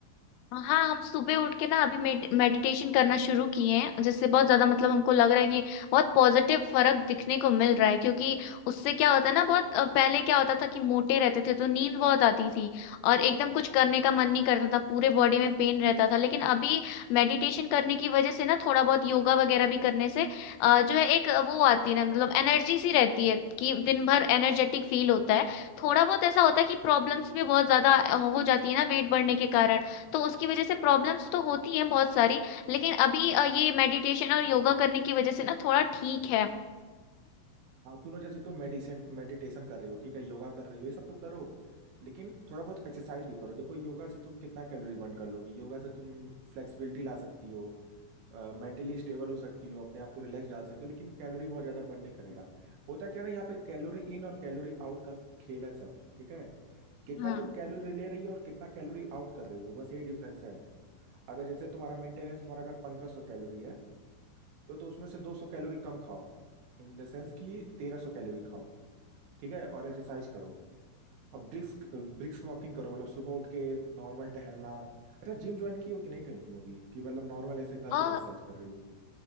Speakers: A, on the left (about 85°); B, on the right (about 75°).
A: हाँ हम सुबह उठ के ना अभी मेडिटेशन करना शुरू किए हैं जिससे बहुत ज्यादा मतलब हमको लग रहा है कि बहुत पॉजिटिव फर्क दिखने को मिल रहा है क्योंकि उससे क्या होता है ना बहुत अ, पहले क्या होता था कि मोटे रहते थे तो नींद बहुत आती थी और एकदम कुछ करने का मन नहीं करता था पूरे बॉडी में पेन रहता था लेकिन अभी मेडिटेशन करने की वजह से ना थोड़ा बहुत योगा वगैरह भी करने से अ, जो है एक वो आती है ना मतलब एनर्जी सी रहती है कि दिन भर एनर्जेटिक फील होता है थोड़ा बहुत ऐसा होता है कि प्रॉब्लम्स भी बहुत ज्यादा हो जाती है ना वेट बढ़ने के कारण तो उसकी वजह से प्रॉब्लम्स तो होती हैं बहुत सारी लेकिन अभी अ, ये मेडिटेशन और योगा करने की वजह से ना थोड़ा ठीक है
B: हाँ सुनो जैसे तुम मेडिसन मेडिटेशन कर रही हो ठीक है योगा कर रही हो ये सब तो करो लेकिन थोड़ा बहुत एक्सरसाइज भी करो देखो योगा से तुम कितना कैलोरी बर्न कर लोगी योगा से तुम फ्लेक्सिबिलिटी ला सकती हो मेंटली स्टेबल हो सकती हो अपने आप को रिलैक्स डाल सकती हो लेकिन कैलोरी बहुत ज्यादा बर्न नहीं करेगा होता क्या ना यहाँ पे कैलोरी इन और कैलोरी आउट का खेल है सब ठीक है कितना
A: हाँ
B: तुम कैलोरी ले रही हो और कितना कैलोरी आउट कर रही हो बस यही डिफरेंस है अगर जैसे तुम्हारा मेंटेनेंस तुम्हारा अगर पंद्रह सौ कैलोरी है तो, तो उसमें से दो सौ कैलोरी कम खाओ इन द सेंस कि तेरह सौ कैलोरी खाओ ठीक है और एक्सरसाइज करो और ब्रिस्क ब्रिस्क वॉकिंग करो मतलब सुबह उठ के नॉर्मल टहलना अच्छा जिम ज्वाइन की हो कि नहीं कहीं तुम अभी कि मतलब नॉर्मल ऐसे घर
A: अ,
B: पे एक्सरसाइज कर रही हो